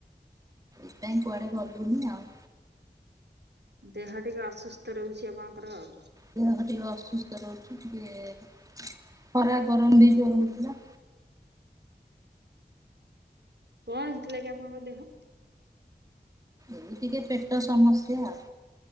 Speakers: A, on the right; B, on the right.
A: ସେଇଥିପାଇଁ କୁଆଡେ ଗଲୁନି ଆଉ।
B: ଦେହ ଟିକେ ଅସୁସ୍ଥ ରହୁଛି ଆପଣଙ୍କର ଆଉ।
A: ଦେହ ଟିକେ ଅସୁସ୍ଥ ରହୁଛି ଟିକେ ଖରା ଗରମ ବି ଜୋର ହଉଥିଲା।
B: କଣ ହେଇଥିଲା କି ଆପଣଙ୍କ ଦେହ?
A: ଏଇ ଟିକେ ପେଟ ସମସ୍ୟା ଆଉ।